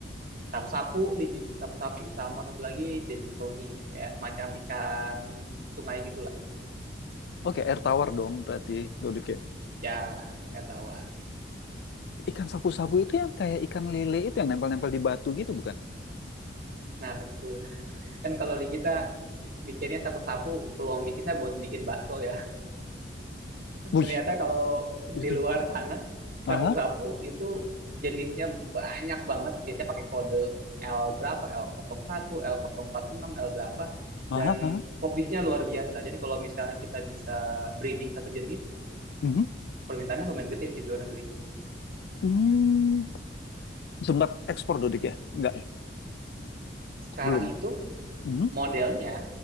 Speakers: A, on the right; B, on the left.
A: Sapu-sapu, di- sapu-sapu sama satu lagi Denisoni. Kayak semacam ikan sungai gitulah.
B: Oke, air tawar dong berarti, Dodi. Oke.
A: Ya, kayak tawar.
B: Ikan sapu-sapu itu yang kayak ikan lele itu yang nempel-nempel di batu gitu, bukan?
A: Nah betul. Kan kalau di kita mikirnya sapu-sapu peluang bisnisnya buat bikin bakso ya.
B: Wih,
A: Ternyata kalau
B: itu.
A: di luar tanah
B: Ah,
A: sapu-sapu itu jenisnya banyak banget. Biasanya pakai kode L berapa, L01, L046, L nol empat enam, L berapa.
B: ah,
A: Dan
B: ah.
A: hobisnya luar biasa. Jadi kalau misalnya kita bisa breeding satu jenis,
B: Mhm.
A: permintaannya lumayan gede sih di luar negeri.
B: Hmm. Sempat ekspor, Dodik ya? Enggak ya?
A: Sekarang
B: Belum.
A: itu
B: Mhm,
A: modelnya